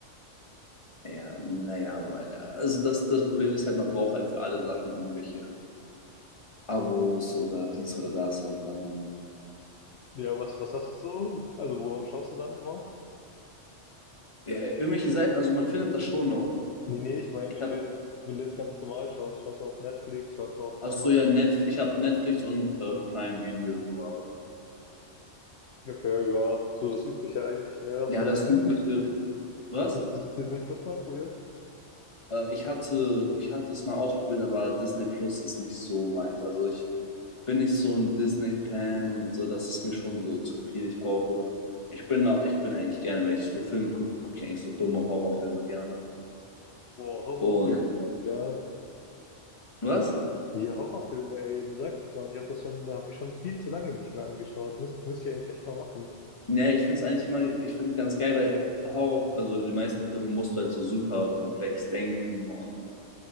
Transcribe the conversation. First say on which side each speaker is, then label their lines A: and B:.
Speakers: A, on the left; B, on the left.
A: ja, naja, weil, also das, das Problem ist halt, man braucht halt für alle Sachen irgendwelche Abos oder dies oder das und dann
B: Ja, was, was hast du so? Also worauf schaust du dann immer?
A: ja, irgendwelche Seiten, also man findet das schon noch.
B: Nee, nee, ich meine,
A: Ich
B: wenn
A: hab,
B: du jetzt, wenn du jetzt ganz normal schaust, schaust du auf Netflix, schaust du auf
A: ach
B: Amazon
A: so, ja, net ich hab Netflix und äh, Prime Video so, aber
B: Okay, ja, so das Übliche eigentlich, ne? Hast,
A: ja,
B: hast
A: das
B: du Disney,
A: übliche, was?
B: das Disney Plus mal probiert?
A: Äh, ich hatte, ich hatte es mal ausprobiert, aber Disney Plus ist nicht so meins. Also ich bin nicht so ein Disney-Fan und so, das ist mir schon so zu viel. Ich brauche, ich bin, da- ich bin eigentlich gerne, wenn ich so Filme gucke, gucke ich eigentlich so dumme Horrorfilme gerne.
B: Boah, Horrorfilme,
A: Und
B: Mann, ja.
A: was?
B: Ja, Horrorfilme, ey, du sagst es, Mann. Ich habe das schon, habe ich schon viel zu lange nicht mehr angeschaut. Müsst, müsst ihr eigentlich echt mal machen.
A: Nee, ich finde es eigentlich immer, ich finde es ganz geil, weil Horror, also die meisten Filme musst du halt so super komplex denken und